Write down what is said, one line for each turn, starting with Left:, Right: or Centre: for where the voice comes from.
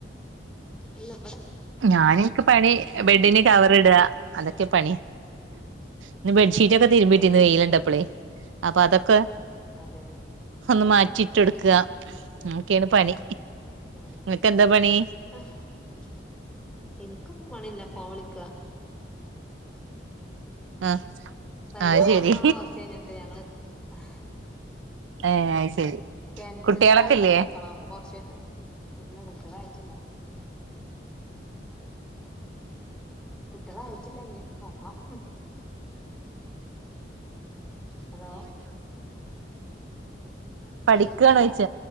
Centre: അല്ല
Right: ഞാന് എനിക്ക് പണി ബെഡിന് കവർ ഇടുക അതൊക്കെ പണി ഇന്ന് ബെഡ്ഷീറ്റൊക്കെ തിരുമ്പിട്ടിന്ന്
Centre: ആഹ്
Right: വെയില് കണ്ടപ്പളേ അപ്പൊ അതൊക്കെ
Centre: അതെ അതെ
Right: ഒന്ന് മാറ്റിയിട്ട് കൊടുക്കുക അതൊക്കെയാണ് പണി
Centre: ആ
Right: ഇങ്ങക്കെന്താ പണി
Centre: ആ മൂ എനിക്കൊന്നും മണില്ല ഫോൺ വിളിക്ക
Right: ആഹ്
Centre: വെള്ളം
Right: അ ശരി
Centre: കൊണ്ടോണം കൊറച്ച് കഴിഞ്ഞിട്ട് ഞങ്ങള്
Right: ഏ അയ് ശരി
Centre: കെണറ്റ്ന്ന്‌
Right: കുട്ടികളൊക്കെ
Centre: വെള്ളം
Right: ഇല്ലേ
Centre: മുക്കണം അപ്പൊ കൊറച്ച് ഇല്ല കുട്ട്യാളായിട്ടില്ല കുട്ട്യാളായിട്ടില്ല ഇനിം നോക്കണം ഹലോ
Right: പഠിക്കാണോ
Centre: അല്ലല്ല
Right: ചോയിച്ച